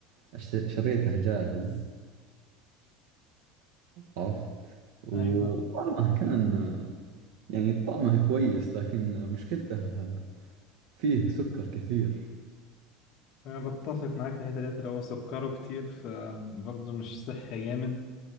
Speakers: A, on the right (about 75°); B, on the left (about 45°).
A: أشت- شريته جاهز عرفت وطعمه
B: ايوه
A: كان آه، يعني طعمه كويس لكن آه، مشكلته آه، فيه سكر كثير
B: انا بتفق معاك في الحته ديت اللي هو سكره كتير فبرضه مش صحي جامد